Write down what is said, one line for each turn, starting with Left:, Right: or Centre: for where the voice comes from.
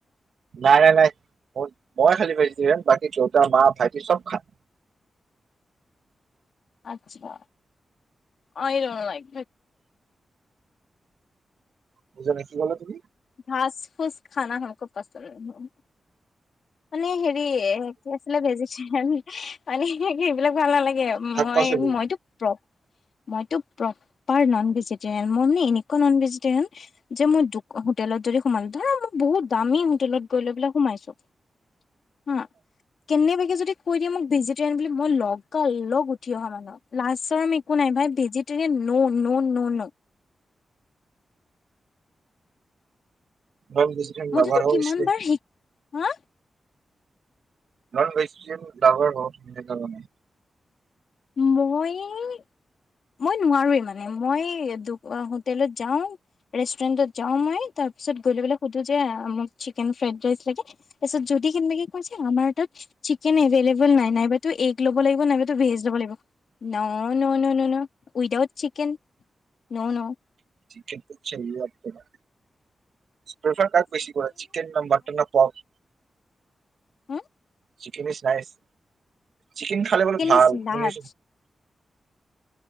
Right: নাই- নাই- নাই মোৰ মই খালী ভেজিতেৰিয়ান, বাকী দেউতা মা ভাইটি চব খায়।
Left: আচ্ছা। আই ড'ন লাইক
Right: বুজা নাই, কি ক'লা তুমি?
Left: ঘচ ফুচ খানা হ'মকো পচণ্ড নেহি। মানে হেৰি কি আছিলে ভেজিটেৰিয়ান, মানে এইবিলাক ভাল নালাগে। এইয়া মই
Right: শাক পাচলি
Left: মইতো প্ৰ মইটো প্লপাৰ নন ভেজিটেৰিয়ান। মই মানে এনেকুৱা নন ভেজিৰিয়ান যে মই হোটেলত যদি সোমালো, ধৰা বহুত দামী হোটেলত গৈ লৈ সোমাইছো হম ', কেনে বা যদি কৈ দিয়ে মোক ভেজিটেৰিয়ান বুলি, মই লগা লগ উঠি অহা মানুহ, লাজ চৰম একো নাই ভাই ভেজিটেৰিয়ান ন- ন- ন-ন
Right: নন ভেজিটেৰিয়ান
Left: মইতোতো
Right: লভাৰ হৈ
Left: কিমান
Right: গৈছে,
Left: বাৰ শিক হা
Right: নন ভেজিটেৰিয়ান লাভাৰ হৱ তাৰ মানে,
Left: মই- মই নোৱাৰোৱে মানে মই দু হোটেলত যাওঁ ৰেষ্টুৰেণ্টত যাওঁ মই তাৰ পিছত গৈ লৈ পেলাই সোধো যে মোক চিকেন ফ্ৰাইড ৰাইচ লাগে, তাৰপিছত যদি কেনেবাকে কয় যে আমাৰ তাত চিকেন এভেইলেবল নাই নাইবাতো এগ ল'ব লাগিব নাইবা ভেজ লব লাগিব, ন-ন-ন- ন- ন উইডাউত চিকেন ন- ন ।
Right: চিকেনতো চলো আপ কৰা, ষ্টচাৰ কাক বেছি কৰা চিকেন ন মাটন ন পৰ্ক!
Left: হম ',
Right: চিকেন ইজ নাইচ। চিকেন খালে বোলে ভাল।
Left: ইজ লাভ
Right: শুনিছো,